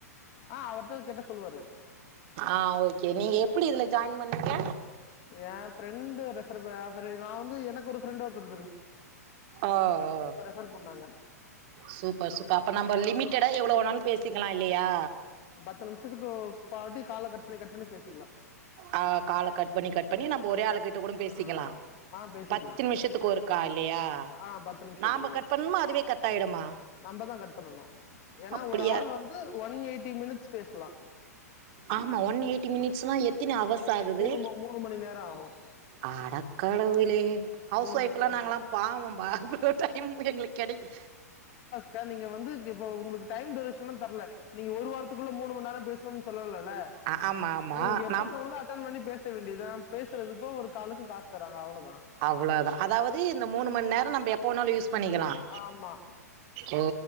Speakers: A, on the left; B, on the right.
A: ஆ அவருட்ட கேட்ட சொல்லுவாரு
B: ஆ ஓகே நீங்க எப் புடி இதுல ஜாயின் பண்ணிங்க
A: என் ஃப்ரெண்ட் ரெபர் ரெபரி நா வந்து எனக்கு ஒரு ஃப்ரெண்ட் ஒருத்தரு
B: ஆ ஓ
A: ரெஃபர் பண்ணாங்க
B: சூப்பர் சூப்பர் அப்ப நம்ப லிமிட்டடா எவ்ளோ வேணாலும் பேசிக் கலாம் இல்லியா
A: து நிமிஷத்துக்கு ஃபாட்டி கால கட் பண்ணி கட் பண்ணி பேசிக்கலாம்
B: ஆ கால கட் பண்ணி கட் பண்ணி நம்ம ஒரே ஆளுகிட்ட கூட பேசிக்கலா
A: ஆ ஆ பேசிக்கலாம்
B: பத்து நிமிஷத்துக்கு ஒருக்கா இல்லையா
A: ஆ பத்து நிமிஷத்துக்
B: நாம
A: ஒரு
B: கட்
A: வாட்டி
B: பண்ணுமா அதுவே கட் ஆயிடுமா
A: நம்மதான் கட் பண்ணனு ஏன்னா
B: அப்டியா
A: ஒரு ஆள் வந்து ஒன் எயிட்டி மினிட்ஸ் பேசலா
B: ஆமா ஒன் எயிட்டி மினிட்ஸ் எத்தினி அவர்ஸ் ஆகுது
A: மூணு ம- மூணு மணி நேரம் ஆகும்
B: அட கடவுளே ஹவுஸ்
A: மூணு
B: ஒய்ப்பு
A: மணி நேரம்
B: நாங்ளாம் பாவம்ப்பா அவ்ளோ டைம் எங்களுக்கு கெடைக்
A: க நீங்க வந்து இப்ப உங்களுக்கு டைம் டூரேஷன்லாம் தர்ல நீங்க ஒரு வாரத்துக்குள்ள மூணு மணி நேரம் பேசணுன்ர சொல்லல்ல
B: ஆ ஆமா ஆமா
A: ஒங்களுக்கு எப்ப
B: நம்
A: தேணுதோ அட்டன் பண்ணி பேஸ் ச வேண்டியதார பேசுறதுக்கு ஒரு காலக்கு காசு தராங்க அவ்ளோ
B: அவ்ளோதா அதாவுது இந்த மூணு மணி நேரம் நம்ப எப்ப வேனாலும் யூஸ் பண்ணிக்கலாம்
A: ஆமா
B: ஓ